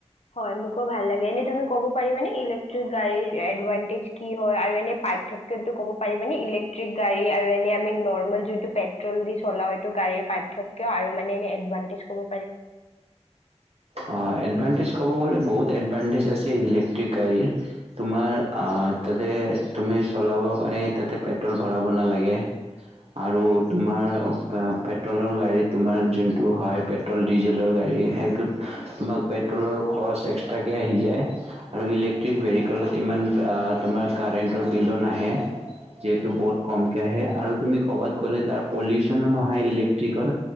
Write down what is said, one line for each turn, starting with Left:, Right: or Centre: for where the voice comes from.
Left: হয়, মোকো ভাল লাগে। এনে তুমি কব- পাৰিবা মানে ইলেকট্ৰিক গাডীৰ এডভাটেজ জ কি হয় আৰু এনে পাৰ্থক্যতো ক'ব পাৰিবানে। কি গাড়ী আৰু এনে আমি নৰ্মেল যোনটো পেট্ৰল দি চলাও এইটো গাড়ীৰ পাৰ্থক্য আৰু মানে এনে এডভানটেজ সমূহ
Right: অ এডভানটেজ ক'ব গ'লে বহুত এডভানটেজ আছে ইলেক্ট্ৰিক গাড়ীৰ তোমাৰ তাতে তুমি চলাব কাৰণে তাতে পেট্ৰল ভৰাব নালাগে আৰু তোমাৰ পেট্ৰলৰ গাড়ী তোমাৰ যোনটো হয় পেট্ৰল ডিজেলৰ গাড়ী সেইটোত তোমাক পেট্ৰলৰ খৰচ এক্সট্ৰাকৈ আহি যায় আৰু ইলেক্ট্ৰিক ভেহিকেলত ইমান তোমাৰ কাৰেণ্টৰ বিলো নাহে যিহেতু বহুত কমকৈ আহে আৰু তুমি ক'ৰবাত গ'লে তাৰ পলিউশনো নহয় ইলেক্ট্ৰিকৰ